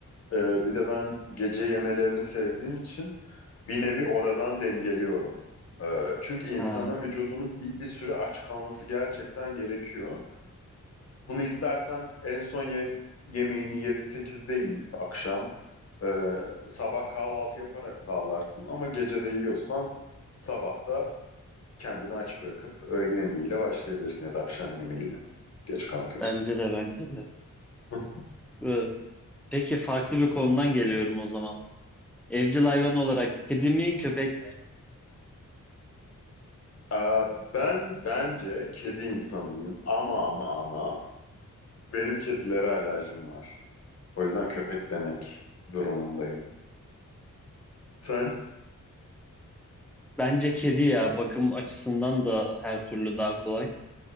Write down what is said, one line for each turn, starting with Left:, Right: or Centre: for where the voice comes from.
Left: Ee, bir de ben gece yemelerini sevdiğim için bir nevi oradan dengeliyorum. Ee, çünkü insanın
Centre: Ha,
Left: vücudunun bir, bir süre aç kalması gerçekten gerekiyor. Bunu istersen en son ye- yemeğini 7-8'de yiyip akşam e, sabah kahvaltı yaparak sağlarsın ama gece de yiyorsan sabah da kendini aç bırakıp öğle yemeğiyle başlayabilirsin ya da akşam yemeğiyle. Geç kalkıyorsun.
Centre: bence de bence de.
Left: <laughs>
Centre: Ee, Peki farklı bir konudan geliyorum o zaman. Evcil hayvan olarak kedi mi köpek mi?
Left: Ee, ben bence kedi insanıyım ama ama ama benim kedilere alerjim var. O yüzden köpek demek durumundayım. Sen?
Centre: Bence kedi ya bakım açısından da her türlü daha kolay.